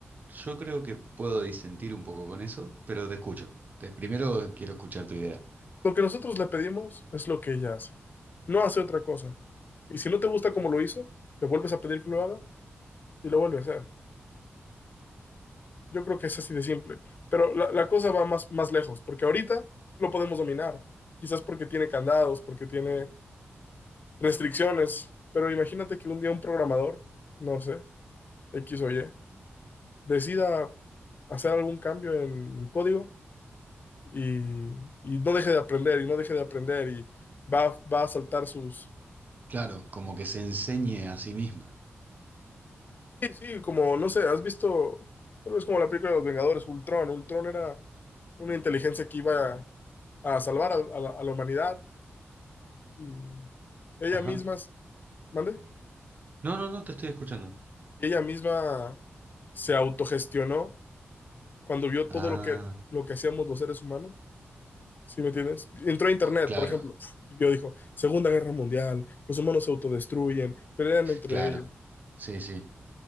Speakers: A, on the right (about 40°); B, on the left (about 45°).
A: yo creo que puedo disentir un poco con eso, pero te escucho. Te- primero quiero escuchar tu idea.
B: lo que nosotros le pedimos es lo que ella hace. No hace otra cosa. Y si no te gusta como lo hizo, le vuelves a pedir que lo haga y lo vuelve a hacer. Yo creo que es así de simple. Pero la, la cosa va más, más lejos, porque ahorita lo podemos dominar. Quizás porque tiene candados, porque tiene restricciones. Pero imagínate que un día un programador, no sé, X o Y, decida hacer algún cambio en el código y, y no deje de aprender, y no deje de aprender, y va, va a saltar sus...
A: Claro, como que se enseñe a sí misma.
B: Sí, sí, como, no sé, has visto, tal vez como la película de los Vengadores, Ultron. Ultron era una inteligencia que iba a, a salvar a, a la a la humanidad Y ella
A: Ajá.
B: misma, s- ¿mande?
A: No, no, no, te estoy escuchando.
B: Y ella misma se autogestionó cuando vio
A: Ah,
B: todo lo que, lo que hacíamos los seres humanos. ¿Sí me entiendes? Entró a internet,
A: claro,
B: por ejemplo, y vio, dijo, Segunda Guerra Mundial, los humanos se autodestruyen, pelean entre
A: claro.
B: ellos.
A: Sí, sí.